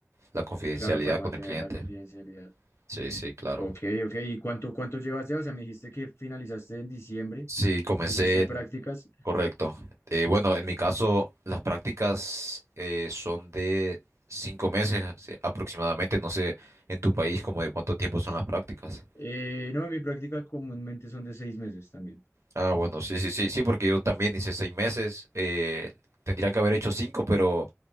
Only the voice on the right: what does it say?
la confidencialidad
con el cliente.
Sí, sí, claro.
Sí, comencé
en...
Correcto. Eh, bueno, en mi caso, las prácticas eh, son de cinco meses sí, aproximadamente. No sé, en tu país, como de cuánto tiempo son las prácticas.
Ah, bueno, sí, sí, sí, sí, porque yo también hice seis meses. eh, tendría que haber hecho cinco, pero